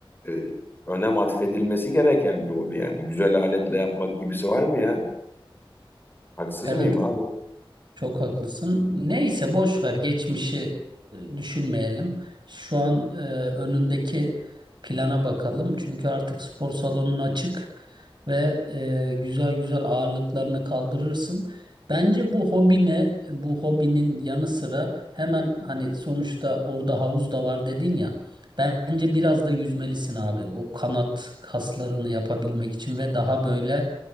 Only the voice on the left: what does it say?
e, önem atfedilmesi gereken bir hobi yani. Güzel aletle yapmak gibisi var mı ya? Haksız
mıyım abi?